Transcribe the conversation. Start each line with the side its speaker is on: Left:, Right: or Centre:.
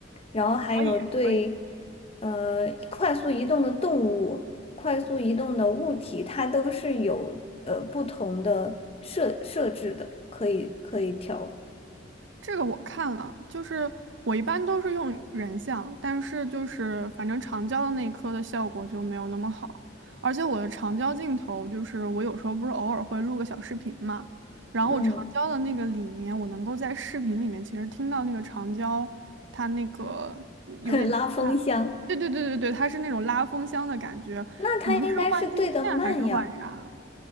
Left: 然后还有对
Right: 可以可以。
Left: 呃快速移动的动物、快速移动的物体，它都是有呃不同的设设置的，可以可以调。
Right: 这个我看了，就是我一般都是用人像，但是就是反正长焦的那一颗的效果就没有那么好，而且我的长焦镜头就是我有时候不是偶尔会录个小视频嘛，然后我长焦的那个里面，
Left: 嗯，
Right: 我能够在视频里面其实听到那个长焦它那个有点像它，
Left: <laughs> 拉风箱，
Right: 对对对对对，它是那种拉风箱的感觉，
Left: 那它应该是对的慢呀，
Right: 可能是换镜片还是换啥？